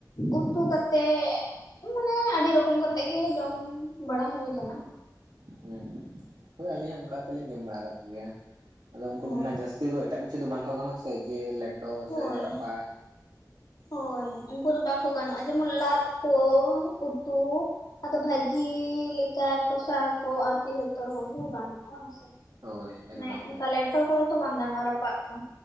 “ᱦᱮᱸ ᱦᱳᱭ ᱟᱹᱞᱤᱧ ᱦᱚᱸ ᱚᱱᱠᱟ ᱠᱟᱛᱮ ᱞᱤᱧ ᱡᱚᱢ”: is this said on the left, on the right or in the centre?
Right